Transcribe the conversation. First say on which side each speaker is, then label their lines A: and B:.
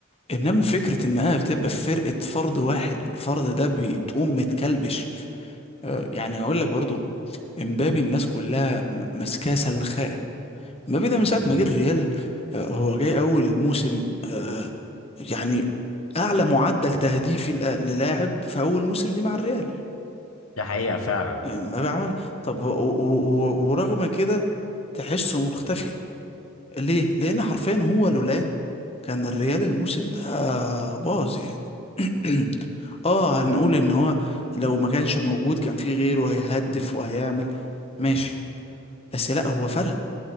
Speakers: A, on the left; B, on the left.
A: انما فكرة انها بتبقى في فرقة فرد واحد والفرد ده بتقوم متكلبش آه، يعني اقول لك برضو امبابي الناس كلها م- ماسكاه سلخاه ما بيدا من ساعة
B: مم.
A: ما جه الريال آه، هو جاي أول الموسم آه، يعني أعلى معدل تهديفي لأ- للاعب في أول موسم ليه مع الريال
B: دي حقيقة فعلا
A: آه، ما بيعمل طب و- و- و- ورغم كده تحسه مختفي ليه؟ لأن حرفيا هو لولا كان الريال الموسم ده باظ يعني <clears throat> اه هنقول ان هو لو ما كانش موجود كان في غيره هيهدف وهيعمل ماشي بس لا هو فرق